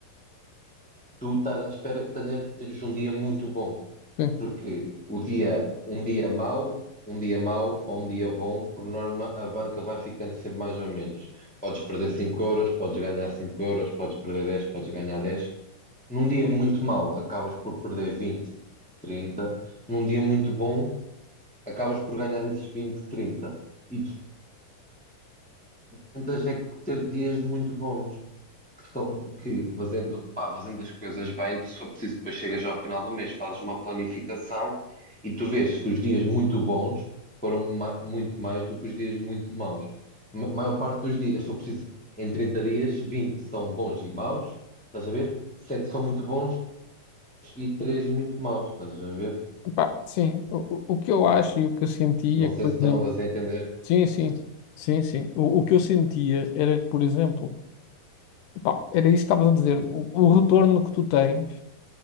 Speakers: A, in the centre; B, on the left.
A: tu estás à espera de tenha- teres um dia muito bom,
B: Sim,
A: porque o dia, um dia mau, um dia mau ou um dia bom, por norma, a banca vai ficando sempre mais ou menos. Podes perder 5 euros, podes ganhar 5 euros, podes perder 10 podes ganhar 10 Num dia muito mau, acabas por perder 20 30 Num dia muito bom, acabas por ganhar esses 20 30 E tu tentas é que ter dias muito bons que, são, que fazendo, pá, fazendo as coisas bem, tu só preciso depois chegas ao final do mês, fazes uma planificação e tu vês que os dias muito bons foram ma- muito mais do que os dias muito maus. Ma maior parte dos dias, só preciso, em 30 dias, 20 são bons e maus, estás a ver? sete são muito bons e 3 muito maus, estás a ver?
B: Epá, sim. O, o o que eu acho e o que eu sentia,
A: Não sei
B: por
A: se estão
B: exemplo,
A: a fazer entender.
B: sim, sim, sim, sim. O, o que eu sentia era, que, por exemplo, Pá, era isso que estavas a dizer. O, o retorno que tu tens